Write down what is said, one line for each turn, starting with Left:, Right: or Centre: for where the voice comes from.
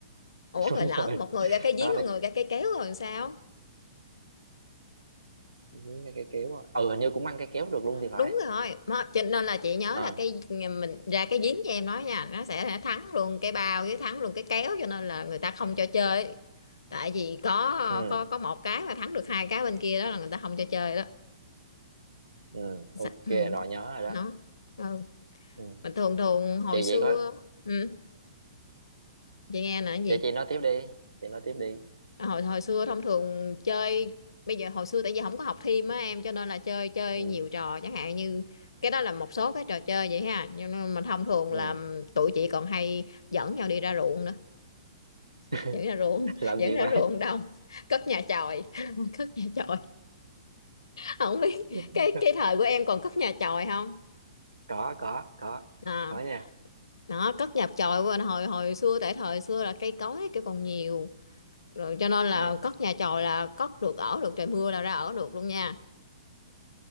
Left: ủa
Right: <laughs>
Left: rồi
Right: đúng
Left: lỡ
Right: rồi
Left: một người ra cái giếng
Right: đó là
Left: một người ra cây kéo rồi làm sao
Right: giếng ăn cái kéo á. ừ hình như cũng ăn cái kéo được luôn thì phải
Left: đúng rồi mà cho nên là chị nhớ
Right: à
Left: là cái ờ, mình ra cái giếng cho em nói nha nó sẽ thắng luôn cái bao với thắng luôn cái kéo cho nên là người ta không cho chơi tại vì có
Right: ừ
Left: có có một cái mà thắng được hai cái bên kia đó là người ta không cho chơi đó
Right: ừ
Left: Dạ,
Right: ok
Left: ừ.
Right: rồi nhớ rồi đó
Left: nó ừ.
Right: ừ.
Left: mà thường thường hồi
Right: chị
Left: xưa
Right: vậy có
Left: ừ, chị nghe nè cái gì
Right: chị chị nói tiếp đi chị nói tiếp đi
Left: à, hồi hồi xưa thông thường chơi bây giờ hồi xưa tại vì không có học thêm á em cho nên là chơi chơi
Right: ừ
Left: nhiều trò chẳng hạn như cái đó là một số cái trò chơi vậy ha nhưng mà mà thông thường
Right: ừ
Left: là tụi chị còn hay dẫn nhau đi ra ruộng nữa
Right: <laughs>
Left: dẫn ra ruộng
Right: làm
Left: <laughs> dẫn
Right: gì
Left: ra
Right: vậy
Left: ruộng đông cất nhà chòi <laughs> cất nhà chòi không biết
Right: <laughs>
Left: cái cái thời của em còn cất nhà chòi không
Right: có có có
Left: à,
Right: có nha
Left: đó cất nhà chòi của anh hồi hồi xưa tại thời xưa là cây cối cái còn nhiều rồi cho nên là
Right: ừ.
Left: cất nhà chòi là cất được ở được trời mưa là ra ở được luôn nha